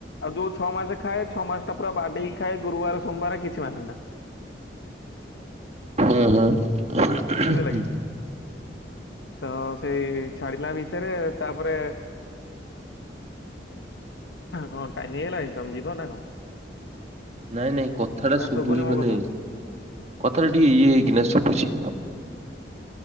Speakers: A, on the left; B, on the right.
A: ଆଉ ଯୋଉ ଛଅ ମାସେ ଖାଏ ଛଅ ମାସ ଟା ପୁର ବାଡେଇକି ଖାଏ ଗୁରୁବାର ସୋମବାର କିଛି ମାନେ ନା।
B: ହୁଁ ହୁଁ।
A: ବୁଝିଲା କି। ତ ସେଇ ଛା ହେଲା ଭିତରେ ତାପରେ କଣ ଟାଇମ ହେଇଗଲାଣି। ତମେ ଯିବ ନା କଣ।
B: ନାଇଁ ନାଇଁ କଥା ଟା
A: ନା
B: ଶବୁନି
A: ଶୁଭୁନି ମୋ
B: ମାନେ
A: କଥା?
B: କଥା ଟା ଟିକେ ଇଏ ହେଇକିନା ସୁବୁଛି।